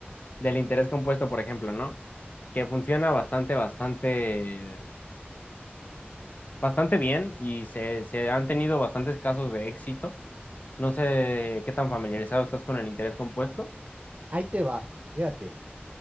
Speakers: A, on the left (about 45°); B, on the right (about 35°).
A: del interés compuesto, por ejemplo, ¿no? Que funciona bastante, bastante, bastante bien y se, se han tenido bastantes casos de éxito. No sé qué tan familiarizado estás con el interés compuesto.
B: ahí te va, fíjate.